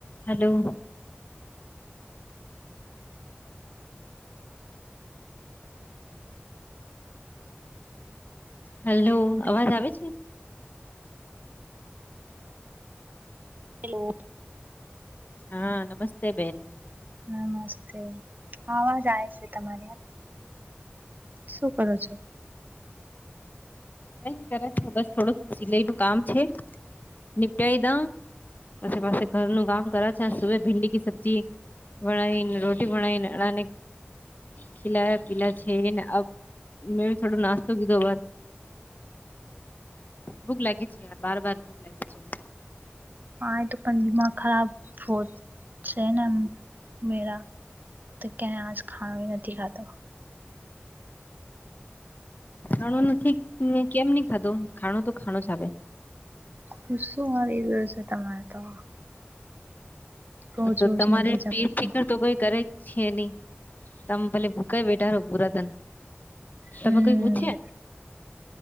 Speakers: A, on the left; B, on the right.
A: Hello hello અવાજ આવે છે
B: હેલો
A: હા નમસ્તે બેન
B: નમસ્તે અવાજ છે તમારી શું કરો છો
A: કઈ ન કરે બસ થોડું સિલાઈ નું કામ છે નિપટી દા પછ પાસે ઘરનું કામ કરે છે સુ ભીંડી ક સબ્જી બણાયન રોટી બણાયન ના ખલાયા પીલા છેને અ મેં થોડો નાસ્તો કીધો બાર ભુક લાગી છે બાર બાર ભુક લાગી છે બ
B: હા એ તો પણ દિમા ખરાબ વત છેને મેરા તો ક્યાય આજ ખાણ નથી ખાતો
A: ખાવાનું નથી કેમ નહી ખાતો ખાણો તો ખાણો જ
B: ગુસ્સો આવી ગું છે તમારે તો રોજ
A: તો
B: રોજની
A: તમારે
B: ભેજા
A: પેટ
B: પટ્ટી
A: ફકર તો કોઈ કરે છે નહી તમે પલે ભૂકાઈ બેઠા રહો પુરાધન
B: હમ
A: તમે કોઈ પૂછ્યા